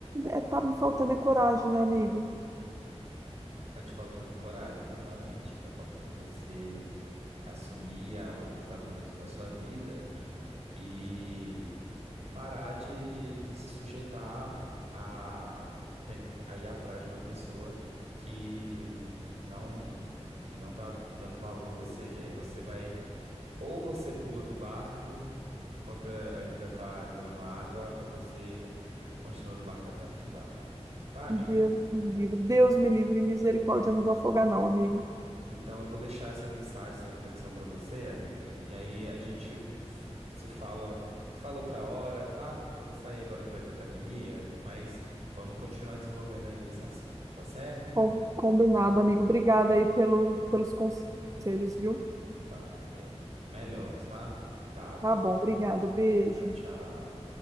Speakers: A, on the right (about 30°); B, on the right (about 75°).
A: É, tá me faltando é coragem, né, amigo?
B: Tá te faltando coragem, exatamente. Tá faltando você assumir a- o protagonismo da sua vida e parar de, de, de se sujeitar a, ten- a ir atrás de uma pessoa que não que não tá dando valor a você. E aí você vai, ou você pula do barco enquanto ainda tá entrando água, ou você continua no barco até afundar. Tá, amigo?
A: Um Deus me livre, Deus me livre, misericórdia, eu não vou afogar não, amigo.
B: Então, eu vou deixar essa mensagem, essa reflexão para você, amiga. E aí a gente f- se fala, se fala outra hora, tá? Eu vou sair agora para ir para academia, mas vamos continuar desenvolvendo aí esse assunto, tá certo?
A: Com- Combinado, amigo. Obrigada aí pelo, pelos conselhos, viu?
B: Tá, amiga. Melhoras, tá? Cuidado.
A: Tá bom, obrigada. Beijo.
B: Tchau, tchau.